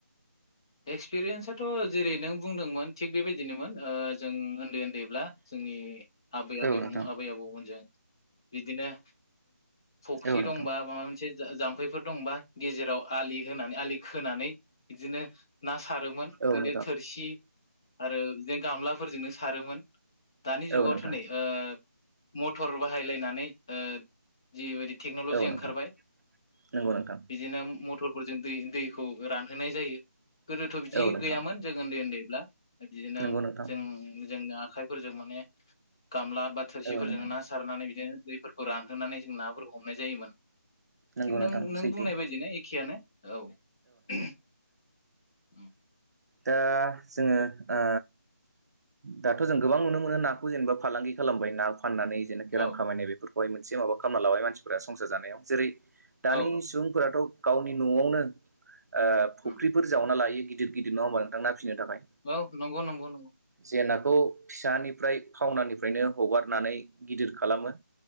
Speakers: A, on the left; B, on the right.
A: एक्सपिरियेन्साथ' जेरै नों बुंदोंमोन थिक बेबायदिनोमोन ओह जों। उन्दै उन्दैब्ला जोंनि आबै
B: औ
A: आबै
B: नोंथां
A: आबै आबौमोनजों। बिदिनो फुख्रि
B: औ नोंथां
A: दंबा माबा मोनसे जाम्फैफोर दंबा गेजेराव आलि होनानै आलि खोनानै बिदिनो ना सारोमोन
B: औ
A: बिदि
B: नोंथां
A: थोरसि आरो बिदिनो गामलाफोरजोंनो सारोमोन। दानि
B: औ
A: जुगावथ'
B: नोंथां
A: नै ओह मटर बाहायलायनानै ओ जिबायदि टेक्नलजि
B: औ
A: ओंखारबाय
B: नोंथां नंगौ नोंथां
A: बिदिनो मथर फोरजों दै दैखौ रानहोनाय जायो गोदोथ' बिदि
B: औ नोंथां
A: गैयामोन जों ओन्दै ओन्दैब्ला। बिदिनो
B: नंगौ नोंथां
A: जों जोंनो आखाइफोरजों माने गामला बा थोरसिफोरजों
B: औ नोंथां
A: ना सारनानै बिदिनो दैफोरखौ रानहोनानै जों नाफोरखौ हमनाय जायोमोन।
B: नंगौ
A: थिक
B: नोंथां
A: नों नों
B: सैथो
A: बुंनाय बायदिनो एखेआनो औ। उम।
B: दा जोङो ओ दाथ' जों गोबां नुनो मोनो नाखौ जेनेबा फालांगि खालामबाय ना फाननानै जेनाखि
A: औ
B: रां खामायनाय बेफोरखौहाय मोनसे माबा खालामना लाबाय मानसिफोरा संसार जानायाव जेरै दानि
A: औ
B: सुबुंफोराथ' गावनि न'आवनो ओ फख्रिफोर
A: उम
B: जावना लायो गिदिर गिदिर नङा होमबा नोंथां ना फिसिनो थाखाय
A: औ नंगौ नंगौ नंगौ।
B: जे नाखौ फिसानिफ्राय फावनानिफ्रायनो हगारनानै गिदिर खालामो।